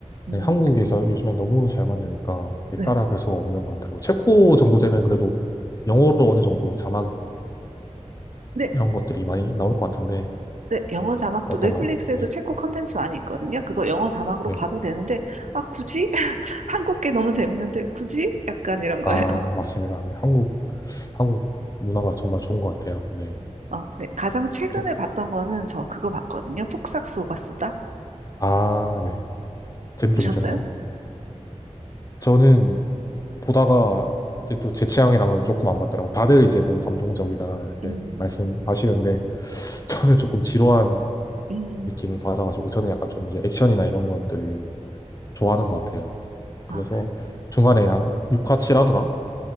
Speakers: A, on the right; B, on the left.
A: 음.
B: 네, 한국에서 요즘에 너무 잘 만드니까 이게
A: 네.
B: 따라갈 수가 없는 것 같더라고요. 체코 정도 되면 그래도 영어로 어느 정도 자막
A: 근데
B: 이런 것들이 많이 나올 것 같은데,
A: 네, 영어 자막도
B: 어떤가요?
A: 넷플릭스에도
B: 네,
A: 체코 컨텐츠 많이 있거든요. 그거 영어 자막으로
B: 네.
A: 봐도 되는데, 아, 굳이? <laughs> 한국 게 너무 재밌는데, 굳이? 약간 이런 거예요.
B: 아,
A: <laughs>
B: 맞습니다. 네, 한국, 한국 문화가 정말 좋은 것 같아요. 네.
A: 어, 네. 가장 최근에
B: 또,
A: 봤던 거는 저 그거 봤거든요. 폭삭소가 수다.
B: 아, 네. 재밌게
A: 보셨어요?
B: 보셨나요? 저는 보다가 이게 또 제 취향이랑은 조금 안 맞더라고요. 다들 이제 너무 감동적이다 이렇게
A: 음,
B: 말씀하시는데 저는 조금 지루한
A: 음.
B: 느낌을 받아가지고 저는 약간 좀 이제 액션이나 이런 것들을 좋아하는 것 같아요. 그래서
A: 아,
B: 중간에 한 6화, 7화인가?